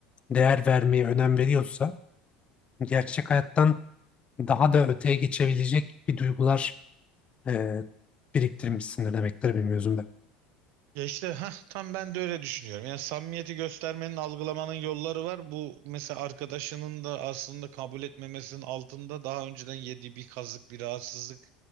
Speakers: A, on the left (about 30°); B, on the right (about 60°).
A: değer vermeye önem veriyorsa gerçek hayattan daha da öteye geçebilecek bir duygular e, biriktirmişsindir demektir bir mevzumda.
B: Ya işte hah, tam ben de öyle düşünüyorum. Yani samimiyeti göstermenin, algılamanın yolları var. Bu mesela arkadaşının da aslında kabul etmemesinin altında daha önceden yediği bir kazık, bir rahatsızlık